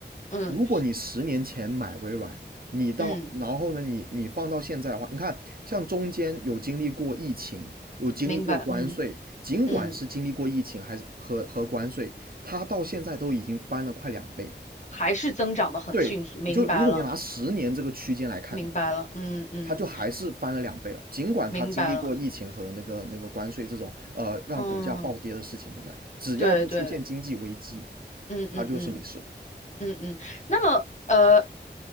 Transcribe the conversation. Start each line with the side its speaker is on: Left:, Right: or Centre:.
Left: 嗯
Right: 如果你十年前买微软，你到然后呢，
Left: 嗯，
Right: 你你放到现在的话，你看像中间有经历过疫情，有经历过关税，
Left: 明白，嗯
Right: 尽管是经历过疫情还是和和关税，
Left: 嗯，
Right: 它到现在都已经翻了快两倍了。
Left: 还是增长的很迅速，
Right: 对，
Left: 明白了，
Right: 你就如果你拿十年这个区间来看的话，
Left: 明白了，嗯嗯，
Right: 它就还是翻了两倍了。尽管它经历过疫情和那个那个关税这种呃让股价暴跌的事情存在，
Left: 明白了，嗯，
Right: 只要不出现经济危机，
Left: 对对，嗯嗯嗯。
Right: 它就是没事的。
Left: 嗯嗯，那么呃，